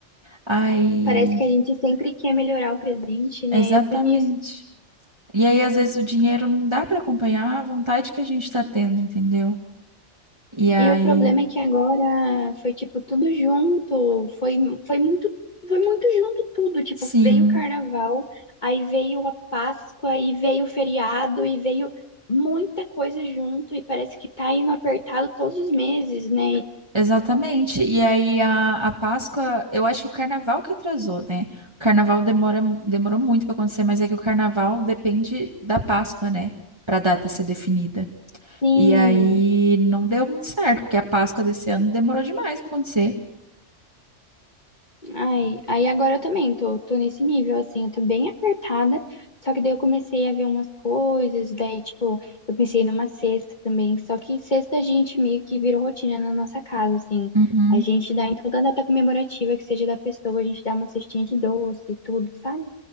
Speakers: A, on the right; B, on the left.
A: Aí,
B: Parece que a gente sempre quer melhorar o presente, né?
A: exatamente.
B: Eu tô nisso.
A: E aí, às vezes, o dinheiro não dá pra acompanhar a vontade que a gente tá tendo, entendeu? E aí,
B: E o problema é que agora foi tipo tudo junto, foi, foi muito, foi muito junto tudo, tipo,
A: sim.
B: veio o carnaval, aí veio a Páscoa, e veio o feriado, e veio muita coisa junto, e parece que tá indo apertado todos os meses, né?
A: Exatamente. E aí a, a Páscoa, eu acho que o carnaval que atrasou, né? O carnaval demora, demorou muito para acontecer, mas é que o carnaval depende da Páscoa, né? Para a data ser definida.
B: Sim,
A: E aí não deu muito certo, porque a Páscoa desse ano demorou demais para acontecer.
B: Ai, aí agora eu também tô, tô nesse nível, assim, eu tô bem apertada, só que daí eu comecei a ver umas coisas, daí, tipo, eu pensei numa cesta também, só que cesta a gente meio que virou rotina na nossa casa, assim,
A: Uhum.
B: a gente dá em toda data comemorativa que seja da pessoa, a gente dá uma cestinha de doce e tudo, sabe?